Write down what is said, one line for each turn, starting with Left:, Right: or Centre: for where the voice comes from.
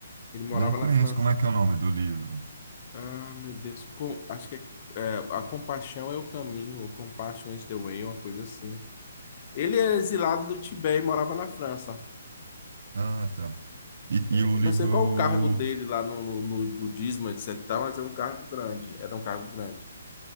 Left: Ele morava
Right: Não conheço
Left: na França.
Right: como é que é o nome do livro.
Left: Ah, meu Deus. Com- acho que é, é, A Compaixão é o Caminho, ou Compassion is the Way, uma coisa assim. Ele é exilado do Tibete e morava na França.
Right: Ah, tá. E, e o
Left: Eu
Right: livro.
Left: não sei qual o cargo dele lá no, no, no budismo, etc, mas é um cargo grande. Era um cargo grande.